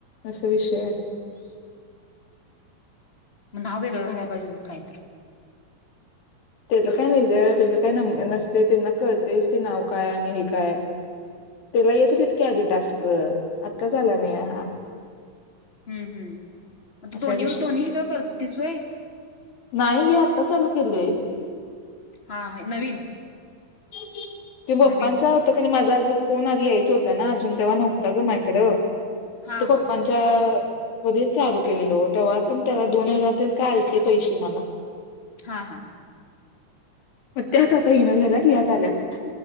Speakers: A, on the left; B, on the left.
A: असा विषय आहे.
B: <inaudible> मग नाव वेगळं घालायला पाहिजे, होतीस काही तर
A: तेज काय नाही गं त्याच काय न नसतयं त्यांना कळतेयच ते नाव काय आणि हे काय हाय, त्याला येत होतेत कि आधी टास्क. आताच आला नाही हा.
B: ह हम. म
A: असा
B: दोन्ही
A: विषय
B: दोन्ही ह्याच्यावर करत होतीस होय.
A: नाही हे आत्ता चालू केलंय.
B: हा हा नवीन.
A: <unintelligible> ते पप्पांच
B: नवीन
A: होतं कणी माझ अजून फोन आधी यायचं होता ना, अजून तेव्हा नव्हता गं माझ्याकडं.
B: हा
A: तो
B: हा
A: पप्पानंच्या अ हु दे चालू. केलेलो तेव्हा, पण तेव्हा दोन हजार काय तेन आलते पैसे मला.
B: हां हां.
A: मग त्यात आता येईना झाल्यात यात आल्यात.